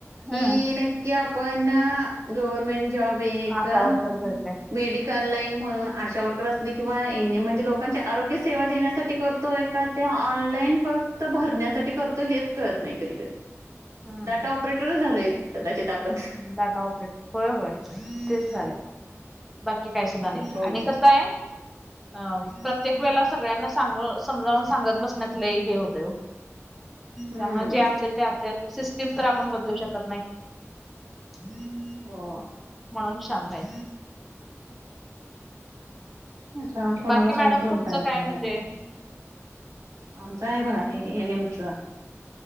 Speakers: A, on the right; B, in the centre.
A: की
B: हम्म
A: नक्की आपण गव्हर्मेंट जॉब एक
B: आशा वर्कर करते.
A: मेडिकल लाईन म्हणून आशा वर्कर असली किंवा येणे म्हणजे लोकांची आरोग्य सेवा देण्यासाठी करतोय का ते ऑनलाईन फक्त भरण्यासाठी करतो हेच कळत नाही कधी कधी.
B: हम्म
A: डाटा ऑपरेटरच झालोय कदाचित आपण.
B: डाटा ऑपरेट होय होय तेच झालंय. बाकी काय सुद्धा नाही
A: हो प्रॉब्लेम
B: आणि कस आहे. अ प्रत्येक वेळेला सगळ्यांना सांग समजावून सांगत बसण्यात लय हे होतंय.
A: हम्म
B: त्यामुळे जे असेल ते असेल सिस्टीम तर आपण बदलू शकत नाही. हम्म.
A: हो.
B: म्हणून शांत आहे.
A: हाछ कोणाला
B: बाकी मॅडम
A: काहीच बोलता
B: तुमचं
A: येत
B: काय
A: नाही.
B: म्हणजे
A: आमचं आहे बघ हे हे नेमचं.